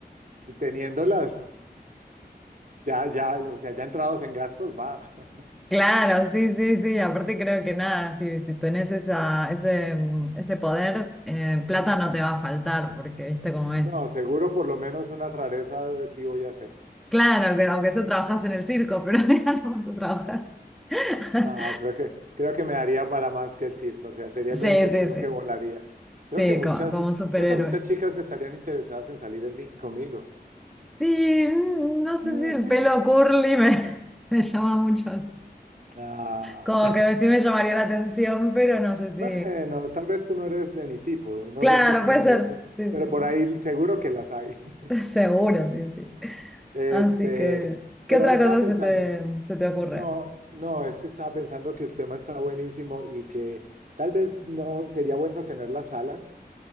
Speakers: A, on the right; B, in the centre.
A: teniéndolas, ya, ya, o sea, ya entrados en gastos, va. <laughs>
B: Claro, sí, sí, sí. Aparte creo que nada, si, si tenés esa, ese, mm, ese poder, eh, plata no te va a faltar, porque viste cómo es.
A: No, seguro por lo menos una rareza sí voy a hacer.
B: Claro, aunque, aunque eso trabajas en el circo, pero <laughs> ya no vas a trabajar. <laughs>
A: No, creo que, creo que me daría para más que el circo, o sea, sería
B: Sí,
A: el único
B: sí,
A: chico
B: sí.
A: que volaría. Creo
B: Sí,
A: que muchas,
B: co- como, un superhéroe.
A: creo que muchas chicas estarían interesadas en salir en mí, conmigo.
B: Sí, mm, no sé
A: No
B: si
A: sé.
B: el pelo curly me, <laughs> me llama mucho.
A: Ah,
B: Como que sí me llamaría la atención, pero no sé
A: bueno,
B: si.
A: tal vez tú no eres de mi tipo, no
B: Claro,
A: soy tu tipo,
B: puede ser. Sí,
A: pero
B: sí.
A: por ahí seguro que las hay. <laughs>
B: <laughs> Seguro, sí, sí.
A: Este,
B: Así que, ¿qué
A: pero
B: otra
A: estaba
B: cosa
A: pensando,
B: se te, se te ocurre?
A: no, no, es que estaba pensando que el tema está buenísimo y que tal vez no sería bueno tener las alas,